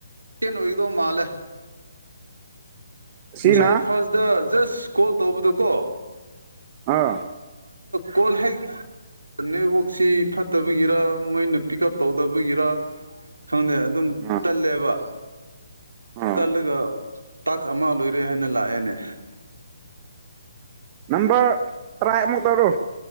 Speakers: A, on the right; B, on the right.
A: ꯆꯦꯟ ꯑꯣꯏꯒꯗꯧꯕ ꯃꯥꯜꯂꯦ
B: ꯁꯤꯅ
A: ꯉꯁꯥꯏ ꯐꯥꯔꯁꯇ ꯖꯁ ꯀꯣꯜ ꯇꯧꯕꯗꯣ ꯀꯣ
B: ꯑ
A: ꯀꯣꯜ ꯍꯦꯛ ꯅꯦꯠꯋꯥꯛꯁꯤ ꯐꯠꯇꯕꯒꯤꯔ ꯃꯣꯏꯅ ꯄꯤꯛ ꯎꯞ ꯇꯧꯗꯕꯒꯤꯔ ꯈꯪꯗꯦ ꯑꯗꯨꯝ
B: ꯑꯥ
A: ꯇꯠꯂꯦꯕ
B: ꯑꯥ
A: ꯇꯠꯂꯒ ꯇꯥꯛꯁ ꯑꯃ ꯂꯣꯏꯔ ꯔꯦ ꯍꯥꯏꯅ ꯂꯥꯛꯑꯦꯅꯦ
B: ꯅꯝꯕꯔ ꯇ꯭ꯔꯥꯏ ꯑꯃꯨꯛ ꯇꯧꯔꯣ